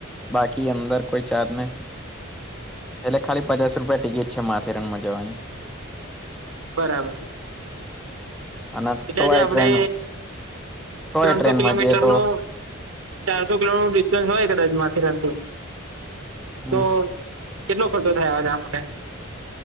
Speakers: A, in the centre; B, on the right (about 75°).
A: બાકી અંદર કોઈ ચાર નથી એટલે ખાલી પચાસ રૂપિયા ટિકિટ છે માથે રનમાં જવાની.
B: બરાબર છે
A: અને ટોય
B: એટલે જે આપડે
A: ટ્રેન ટોય
B: ત્રણસો
A: ટ્રેનમાં
B: કિલોમીટર
A: જઈએ તો
B: નું ચારસો કિલો નું ડિસ્ટન્સ હોય કદાચ મા. <unintelligible>
A: હમ
B: તો કેટલો ખર્ચો થાય આવા જવા માટે